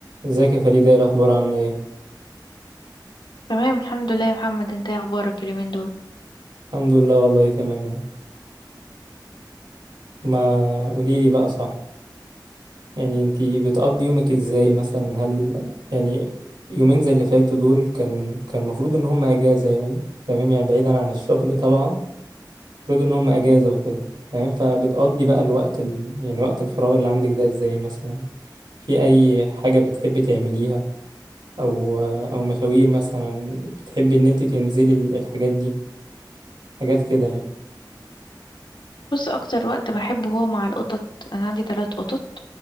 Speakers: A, on the right; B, on the left.
A: ازيك يا فريدة ايه الأخبار عاملة ايه؟
B: تمام الحمد لله يا محمد انت ايه اخبارك اليومين دول
A: الحمد لله والله تمام اهو. ما قوليلي بقى صح يعني انتي بتقضي يومك ازاي مثلا هل يعني يومين زي اللي فاتوا دول كان كان المفروض ان هم اجازة يعني تمام يعني بعيدا عن الشغل طبعا المفروض ان هم اجازة وكده تمام فبتقضي بقى الوقت ال... يعني وقت الفراغ اللي عندك ده ازاي مثلا في اي حاجة بتحبي تعمليها او او مشاوير مثلا بتحبي ان انتي تنزلي ال- الحاجات دي حاجات كده يعني
B: بص اكتر وقت بحبه هو مع القطط انا عندي ثلاث قطط